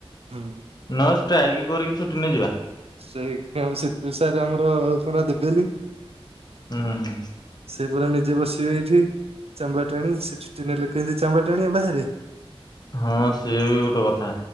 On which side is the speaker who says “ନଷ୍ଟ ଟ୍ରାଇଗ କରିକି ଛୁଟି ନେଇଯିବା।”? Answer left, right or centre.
Left